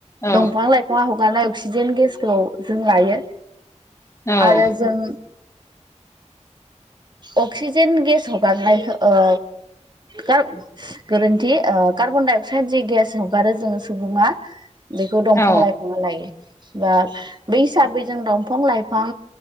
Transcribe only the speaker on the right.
दंफां लाइफां फुंङा हगारनाय अक्सिजेन गेसखौ जों लायो।
आरो
जों अक्सिजेन गेस हगारनायखौ ओ कार्ब गोरोन्थि ओ कार्बन डाइ अक्साइद जि गेस हगारो जोंङो सुबुंङा। बेखौ दंफां
लइफांङा लायो बा बै हिसाबै जों दं बिफां-लाइफां